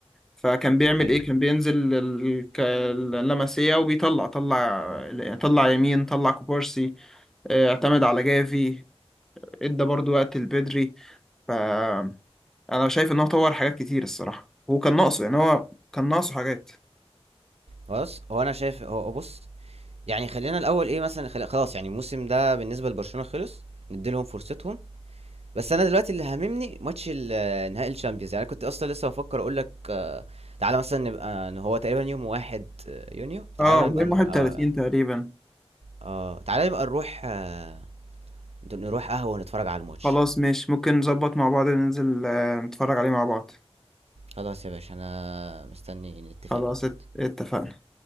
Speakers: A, in the centre; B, on the right.
A: فكان بيعمل
B: ايوه
A: ايه كان بينزل ال- ك- اللمسيه وبيطلع طلع طلع يمين طلع كوبارسي آه، اعتمد على جافي ادى برضو وقت البدري فانا شايف ان هو طور حاجات كتير الصراحه هو كان ناقصه يعني هو كان ناقصه حاجات
B: خلاص هو انا شايف هو بص يعني خلينا الاول ايه مثلا خل- خلاص يعني الموسم ده بالنسبة لبرشلونة خلص نديلهم فرصتهم بس انا دلوقتي اللي هاممني ماتش ال- نهائي الشامبيونز يعني أنا كنت اصلا لسه بفكر اقول لك تعالى مثلا نبقى إن هو تقريبا يوم واحد آه، يونيو تعالى
A: اه قدام
B: نبقى ن-
A: 31
B: اه
A: تقريبا
B: آه، تعالى نبقى نروح آه، نروح قهوة ونتفرج على الماتش
A: خلاص ماشي ممكن نظبط مع بعض ننزل آه، نتفرج عليه مع بعض
B: خلاص يا باشا انا مستني نتفق
A: خلاص
B: مع بعض
A: ات- اتفقنا